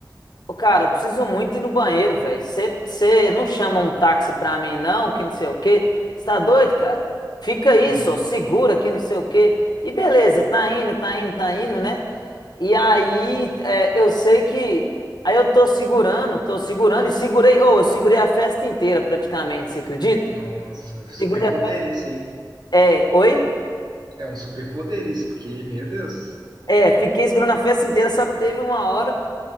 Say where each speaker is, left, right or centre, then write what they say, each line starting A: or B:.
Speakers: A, on the left; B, on the right.
A: Ô, cara, eu preciso muito ir no banheiro, velho. Você não chama um táxi pra mim, não, que não sei o quê. Você tá doido, cara? Fica aí,
B: Hum.
A: só segura que não sei o quê. E beleza, tá indo, tá indo, tá indo, né? E aí, é, eu sei que. Aí eu tô segurando, tô segurando e segurei. Ô, eu segurei a festa inteira praticamente, você acredita?
B: Nossa, superpoder
A: Segurei a festa.
B: isso, hein?
A: É, oi?
B: É um superpoder isso, porque, meu Deus.
A: É, fiquei segurando a festa inteira, só que teve uma hora.